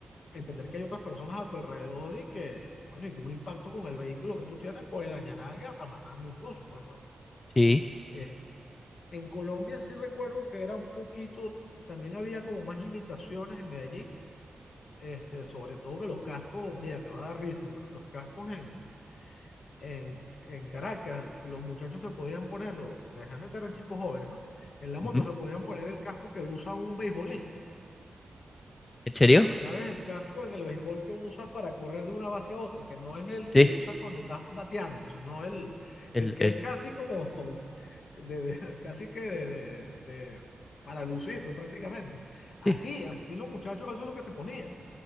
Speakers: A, on the left; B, on the left.
A: entender que hay otras personas a tu alrededor y que, bueno, y que un impacto con el vehículo que tú tienes puede dañar a alguien hasta matarlo incluso, pues, ¿no?
B: sí.
A: Este, en Colombia sí recuerdo que era un poquito, también había como más limitaciones en Medellín, este, sobre todo que los cascos, mira, te va a dar risa, lo- los, cascos en, en, en Caracas, los muchachos se podían ponerlo, porque generalmente eran chicos jóvenes, ¿no? En la moto
B: ujú.
A: se podían poner el casco que usa un beisbolista.
B: ¿En serio?
A: ¿Sabes? El casco en el béisbol que usas para correr de una base a otra, que no es el
B: Sí,
A: que usas cuando estás bateando, sino el,
B: el,
A: el que
B: el,
A: es casi como, <laughs> de- de- casi que de, de- de- para lucirlo prácticamente. Así,
B: sí.
A: así los muchachos, eso es lo que se ponía.